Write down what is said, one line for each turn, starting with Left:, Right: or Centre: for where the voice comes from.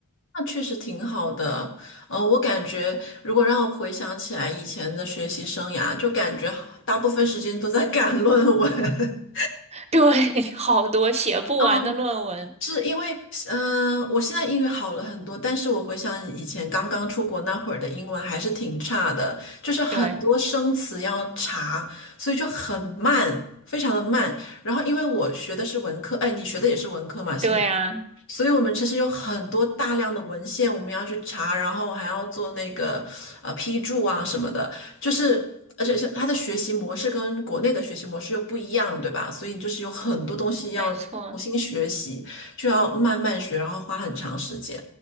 Left: 那确实挺好的。呃，我感觉如果让我回想起来以前的学习生涯，就感觉大部分时间都在 <laughs> 赶论文。
Right: 对，<laughs> 好多写不完的论文，
Left: <laughs> 嗯，是因为，嗯、我现在英语好了很多，但是我回想以前刚刚出国那会儿的英文还是挺差的，就是很多生词要查，
Right: 对，
Left: 所以就很慢，非常的慢。然后因为我学的是文科，哎，你学的也是文科嘛，心理
Right: 对啊，
Left: 所以我们其实有很多大量的文献我们要去查，然后还要做那个呃批注啊什么的，就是而且是它的学习模式跟国内的学习模式又不一样，对吧？所以就是有很多东西要重新学习，
Right: 没错。
Left: 就要慢慢学，然后花很长时间。